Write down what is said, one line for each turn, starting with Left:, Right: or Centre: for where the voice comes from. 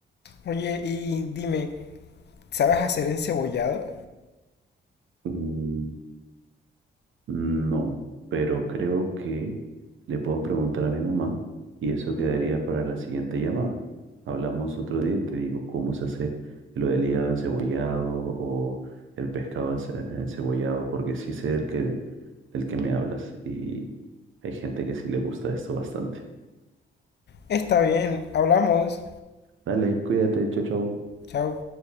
Left: Oye, y dime, ¿sabes hacer encebollado?
Right: Mm, No, pero creo que le puedo preguntar a mi mamá y eso quedaría para la siguiente llamada. Hablamos otro día y te digo cómo se hace lo del hígado encebollado o el pescado ence- encebollado, porque sí sé del que, del que me hablas y hay gente que sí le gusta esto bastante.
Left: Está bien, hablamos.
Right: Dale, cuídate, chau, chau.
Left: Chao.